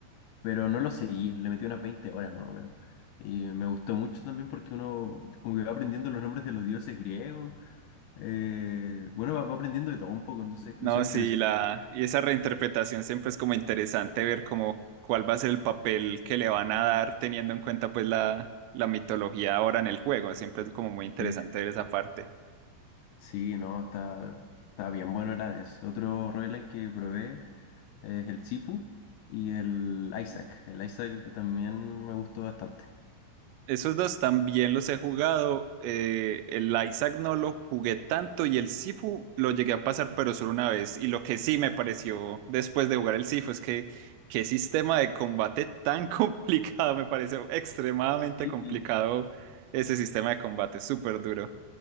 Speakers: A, on the left; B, on the right.
A: pero no lo seguí. Le metí unas 20 horas más o menos. Y me gustó mucho también porque uno como que va aprendiendo los nombres de los dioses griegos. Eh, bueno, va, va aprendiendo de todo un poco, entonces
B: No,
A: son
B: sí,
A: interesantes.
B: la, y esa reinterpretación siempre es como interesante ver como cuál va a ser el papel que le van a dar teniendo en cuenta pues la, la mitología ahora en el juego. Siempre es como muy interesante
A: Sí,
B: ver esa parte.
A: Sí, no, está, está bien bueno el Hades. Otro roguelike que probé. es el Sifu y el Isaac. El Isaac que también me gustó bastante.
B: Esos dos también los he jugado. eh, el Isaac no lo jugué tanto y el Sifu lo llegué a pasar pero solo una vez. Y lo que sí me pareció después de jugar el Sifu es que qué sistema de combate tan <laughs> complicado. Me pareció extremadamente
A: Sí.
B: complicado ese sistema de combate, súper duro.